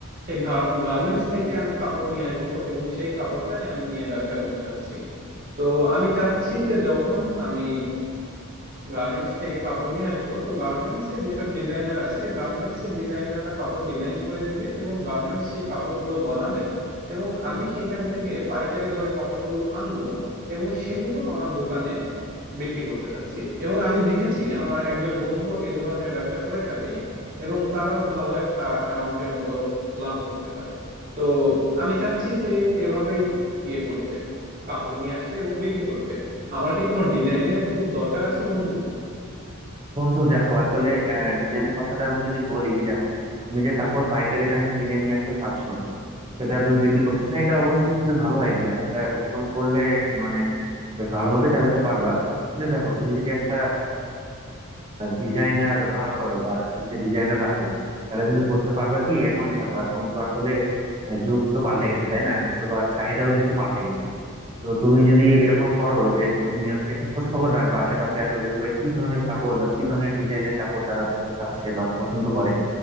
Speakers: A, on the right (about 40°); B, on the right (about 25°).
A: সেই গার্মেন্টস থেকে আমি কাপড় নিয়ে আসব এবং সেই কাপড়টাই আমি নিয়ে ব্যবসা করতে চাচ্ছি তো আমি চাচ্ছি যে যখন আমি গার্মেন্টস থেকে কাপড় নিয়ে আসবো তো গার্মেন্টস এ যেসব ডিজাইনার আছে গার্মেন্টস এর ডিজাইনাররা কাপড় ডিজাইন করে দিবে এবং গার্মেন্টস সেই কাপড়গুলো বানাবে এবং আমি সেইখান থেকে পাইকারি দরে কাপড়গুলো আনবো এবং সেগুলো আমার দোকানে বিক্রি করতে যাচ্ছি এবং আমি দেখেছি আমার একজন বন্ধু এ ধরনের ব্যবসা করে থাকে এবং তারাও ভালো একটা অ্যামাউন্টের মতো লাভ করতে পারে তো আমি চাচ্ছি যে এভাবেই ইয়ে করতে কাপড় নিয়ে আসতে এবং বিক্রি করতে আমার কি কোনো ডিজাইনের খুব দরকার আছে বন্ধু
B: বন্ধু দেখো আসলে ডিজাইনের কথাটা আমি যদি বলি দেখো তুমি যে কাপড় পাইকারি দামে কিনে নিয়ে আসতে চাচ্ছো সেটা তুমি বিক্রি করছো হ্যাঁ, এটা অবশ্যই খুবই ভালো আইডিয়া এটা এরকম করলে মানে বেশ ভালো মতো চালাতে পারবা কিন্তু দেখো তুমি যদি একটা ডিজাইনার ভাড়া করো বা একটু যদি ডিজাইনার রাখো তাহলে তুমি করতে পারবে কি এখন দেখো এখন তো আসলে আহ, যুগ তো পাল্টে গেছে তাই না এখন সবার চাহিদাও কিন্তু পাল্টে গেছে তো তুমি যদি এরকম করো যে তুমি হচ্ছে একটু খোঁজ খবর রাখবে আশেপাশে আসলে সবাই কি ধরনের কাপড় বা কি ধরনের ডিজাইনের কাপড় তারা পরতে চাচ্ছে বা পছন্দ করে